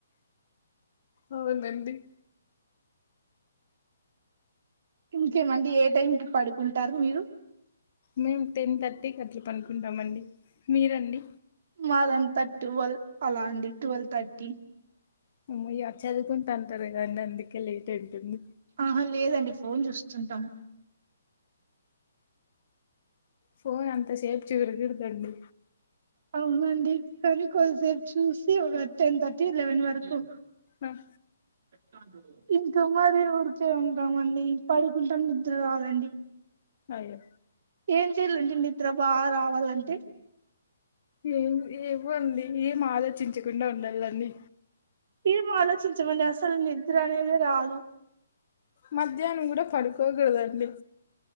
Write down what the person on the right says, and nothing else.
ఇంకేమండి? ఏ టైం కి పడుకుంటారు మీరు?
మాదంతా ట్వెల్ అలా అండి ట్వెల్వ్ థర్టీ
ఆహా లేదండి ఫోన్ చూస్తుంటాం.
అవునండి కానీ కొద్దిసేపు చూసి ఒక టెన్ థర్టీ లెవెన్ వరకు
<inaudible> ఇంకా మరి ఊరికే ఉంటామండి పడుకుంటే నిద్ర రాదండి.
ఏం చెయలండి నిద్ర బా రావాలంటే
ఏం ఆలోచించమండి అసలు నిద్ర అనేదే రాదు